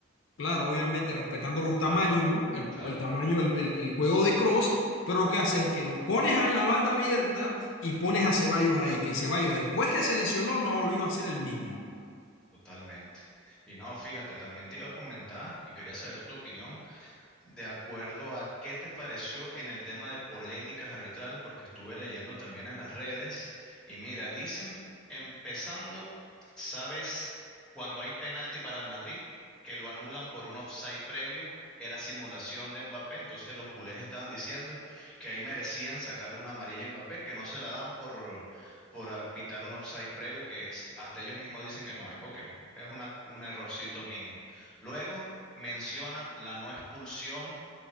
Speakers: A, on the left; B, in the centre.
A: Claro, obviamente respetando los tamaños,
B: Claro,
A: ¿no? El,
B: claro,
A: el tamaño, el, el- el juego de Cross, pero lo que hace es que lo pones en la banda abierta y pones a Ceballos ahí, que Ceballos después que se lesionó no ha volvido a ser el mismo.
B: totalmente. Y no, fíjate, también te iba a comentar y quería saber tu opinión. de acuerdo a qué te pareció en el tema de polémicas arbitrales, porque estuve leyendo también en las redes y mira, dicen, empezando, ¿sabes? Cuando hay penalti para el Madrid, que lo anulan por un offside previo, era simulación de Mbappé, entonces los culés estaban diciendo que ahí merecían sacarle una amarilla a Mbappé, que no se la dan por, por apitar un offside previo, que es- hasta ellos mismos dicen que no hay. Ok, es una, un errorcito mínimo. Luego mencionan la no expulsión